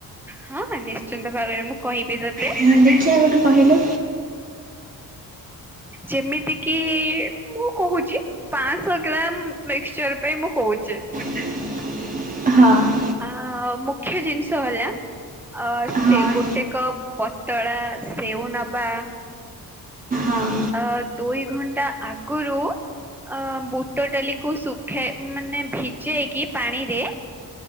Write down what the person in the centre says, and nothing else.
ହଁ ହଁ ନିଶ୍ଚିନ୍ତ ଭାବରେ ମୁଁ କହିବି। ସିଏ ତତେ
ଯେମିତି କି ମୁଁ କହୁଛି ପାଁଶ ଗ୍ରାମ ମିକ୍ସଚର ପାଇଁ ମୁଁ କହୁଛି।
ଆ ମୁଖ୍ୟ ଜିନିଷ ହେଲା ଅ ସେ
ଗୋଟେ କପ୍ ପତଳା ସେଉ ନବା
ଅ ଦୁଇ ଘଣ୍ଟା ଆଗୁରୁ ଅ ବୁଟ ଡାଲିକୁ ଶୁଖାଇ ମାନେ ଭିଜେଇକି ପାଣିରେ